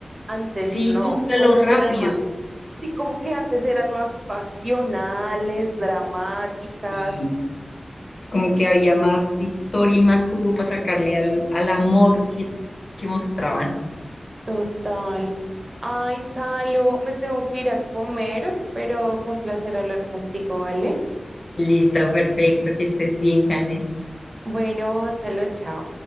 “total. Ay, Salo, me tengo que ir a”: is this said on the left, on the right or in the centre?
Right